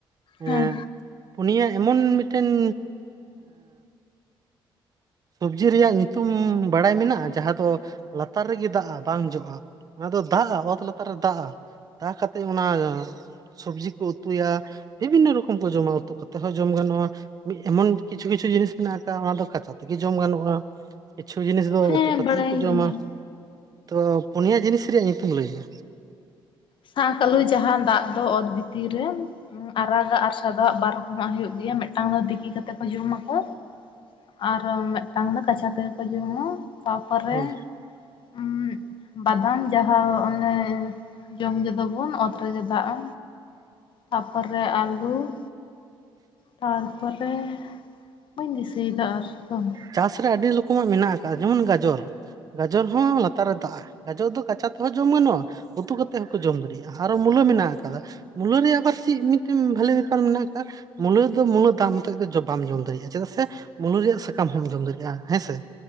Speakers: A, on the right; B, on the left.
A: ᱮᱸ
B: ᱦᱮᱸ
A: ᱯᱩᱱᱭᱟᱹ ᱮᱢᱚᱱ ᱢᱤᱫᱴᱮᱱ ᱮᱸ ᱥᱚᱵᱽᱡᱤ ᱨᱮᱭᱟᱜ ᱧᱩᱛᱩᱢ ᱵᱟᱲᱟᱭ ᱢᱮᱱᱟᱜᱼᱟ ᱡᱟᱦᱟᱸ ᱫᱚ ᱞᱟᱛᱟᱨ ᱨᱮᱜᱮ ᱫᱟᱜᱼᱟ ᱵᱟᱝ ᱡᱚᱜᱼᱟ? ᱚᱱᱟ ᱫᱚ ᱫᱟᱜᱼᱟ, ᱚᱛ ᱞᱟᱛᱟᱨ ᱨᱮ ᱫᱟᱜᱼᱟ, ᱫᱟ ᱠᱟᱛᱮ ᱚᱱᱟ ᱥᱚᱵᱡᱤ ᱠᱩ ᱩᱛᱩᱭᱟ ᱾ ᱵᱤᱵᱷᱤᱱᱱᱚ ᱨᱚᱠᱚᱢ ᱠᱚ ᱡᱚᱢᱟ ᱩᱛᱩ ᱠᱟᱛᱮ ᱦᱚᱸ ᱡᱚᱢ ᱜᱟᱱᱚᱜᱼᱟ, ᱢᱤ-ᱮᱢᱚᱱ ᱠᱤᱪᱷᱩ ᱠᱤᱪᱷᱩ ᱡᱤᱱᱤᱥ ᱢᱮᱱᱟᱜ ᱟᱠᱟᱜᱼᱟ ᱚᱱᱟ ᱫᱚ ᱠᱟᱪᱟ ᱛᱤᱜᱤ ᱡᱚᱢ ᱜᱟᱱᱚᱜᱼᱟ, ᱠᱤᱪᱷᱩ ᱡᱤᱱᱤᱥ ᱫᱚ
B: ᱦᱮᱸ
A: ᱩᱛᱩ ᱠᱟᱛᱮᱜ
B: ᱵᱟᱲᱟᱭ
A: ᱜᱮᱠᱚ ᱡᱚᱢᱟ
B: ᱜᱤᱭᱟᱹᱧ
A: ᱾ ᱛᱚ ᱯᱩᱱᱭᱟ ᱡᱤᱱᱤᱥ ᱨᱮᱭᱟᱜ ᱧᱩᱛᱩᱢ ᱞᱟᱹᱭ ᱢᱮ?
B: ᱥᱸᱟᱠ ᱟᱹᱞᱩ ᱡᱟᱦᱟᱸ ᱫᱟᱜᱽ ᱫᱚ ᱚᱛ ᱵᱷᱤᱛᱤᱨ ᱨᱮ ᱾ ᱩᱸ ᱟᱨᱟᱜᱟᱜ ᱟᱨ ᱥᱟᱫᱟᱣᱟᱜ ᱵᱟᱨ ᱨᱚᱠᱚᱢᱟᱜ ᱦᱩᱭᱩᱜ ᱜᱮᱭᱟ ᱢᱤᱫᱴᱟᱝ ᱫᱚ ᱛᱤᱠᱤ ᱠᱟᱛᱮ ᱠᱚ ᱡᱚᱢᱟ ᱠᱚ ᱾ ᱟᱨᱚ ᱢᱮᱜᱴᱟᱝ ᱫᱚ ᱠᱟᱪᱟ ᱛᱮᱜᱮ ᱠᱚ ᱡᱚᱢᱟ ᱾ ᱛᱟᱯᱚᱨᱮ
A: ᱦᱳᱭ
B: ᱩᱢ ᱵᱟᱫᱟᱢ ᱡᱟᱦᱟᱸ ᱚᱱᱮ ᱡᱚᱢ ᱜᱮᱫᱚ ᱵᱚᱱ ᱚᱛ ᱨᱮᱜᱮ ᱫᱟᱜᱼᱟ, ᱛᱟᱯᱚᱨᱮ ᱟᱹᱞᱩ ᱾ ᱛᱟᱨᱯᱚᱨᱮ ᱵᱟᱹᱧ ᱫᱤᱥᱟᱹᱭ ᱫᱟ ᱟᱨ ᱠᱚ ᱾
A: ᱪᱟᱥ ᱨᱮ ᱟᱹᱰᱤ ᱨᱚᱠᱚᱢᱟᱜ ᱢᱮᱱᱟᱜ ᱟᱠᱟᱫᱼᱟ ᱡᱮᱢᱚᱱ ᱜᱟᱡᱚᱨ ᱜᱟᱡᱚᱨ ᱦᱚᱸ ᱞᱟᱛᱟᱨ ᱨᱮ ᱫᱟᱜᱼᱟ᱾ ᱜᱟᱡᱚᱨ ᱫᱚ ᱠᱟᱪᱟ ᱛᱮᱦᱚᱸ ᱡᱚᱢ ᱜᱟᱱᱚᱜᱼᱟ ᱩᱛᱩ ᱠᱟᱛᱮᱫ ᱦᱚᱸ ᱠᱚ ᱡᱚᱢ ᱫᱟᱲᱮᱭᱟᱜᱼᱟ ᱟᱨᱦᱚᱸ ᱢᱩᱞᱟᱹ ᱢᱮᱱᱟᱜ ᱟᱠᱟᱫᱟ ᱢᱩᱞᱟᱹ ᱨᱮᱭᱟᱜ ᱟᱵᱟᱨ ᱪᱮᱫ ᱢᱤᱫᱴᱮᱱ ᱵᱷᱟᱹᱞᱤ ᱵᱮᱯᱟᱨ ᱢᱮᱱᱟᱜ ᱟᱠᱟᱫᱼᱟ ᱢᱩᱞᱟᱹ ᱫᱚ ᱢᱩᱞᱟᱹ ᱫᱟᱢᱛᱮᱫ ᱫᱚ ᱵᱟᱢ ᱡᱚᱢ ᱫᱟᱲᱮᱭᱟᱜᱼᱟ ᱪᱮᱫᱟᱜ ᱥᱮ ᱢᱩᱞᱟᱹ ᱨᱮᱭᱟᱜ ᱥᱟᱠᱟᱢ ᱦᱚᱸᱢ ᱡᱚᱢ ᱫᱟᱨᱤᱜᱼᱟ ᱦᱮᱸ ᱥᱮ?